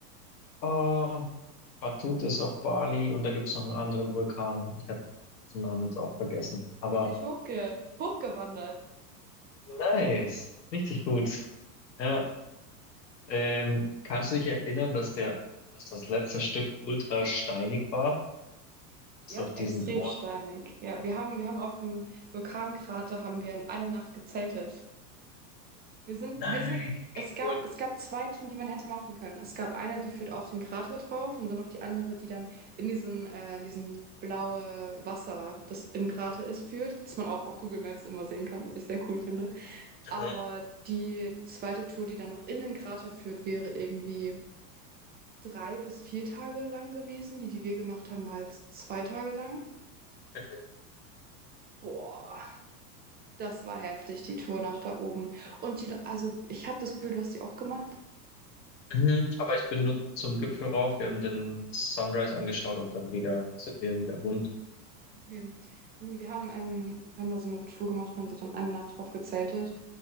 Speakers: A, on the left; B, on the right.
A: oh, Batut ist auf Bali und da gibt es noch einen anderen Vulkan. Ich habe dessen Namen jetzt auch vergessen. Aber
B: Bin ich hochge hochgewandert.
A: nice, richtig gut. Ja, ähm, kannst du dich erinnern, dass der, dass das letzte Stück ultra steinig war? Bis
B: Ja,
A: auf diesen
B: extrem
A: großen
B: steinig. Ja, wir haben, wir haben auf dem Vulkankrater haben wir in einer Nacht gezeltet. Wir sind,
A: Nein,
B: wir sind,
A: wie
B: es gab,
A: cool.
B: es gab zwei Touren, die man hätte machen können. Es gab eine, die führt auf den Krater drauf und dann noch die andere, die dann in diesen, äh, in diesen blaue Wasser, das im Krater ist, führt, das man auch auf Google Maps immer sehen kann, was ich sehr cool finde. Aber
A: Mhm.
B: die zweite Tour, die dann noch in den Krater führt, wäre irgendwie drei bis vier Tage lang gewesen. Die, die wir gemacht haben, war jetzt zwei Tage lang.
A: Mhm.
B: Boah. Das war heftig, die Tour nach da oben. Und die, Le- also ich habe das Gefühl, du hast die auch gemacht.
A: Mhm. Aber ich bin nur zum Gipfel rauf. Wir haben den Sunrise angeschaut und dann wieder sind wir wieder runter.
B: Okay. Nee, wir haben, ähm, wir haben da so eine Tour gemacht und haben dort dann eine Nacht drauf gezeltet.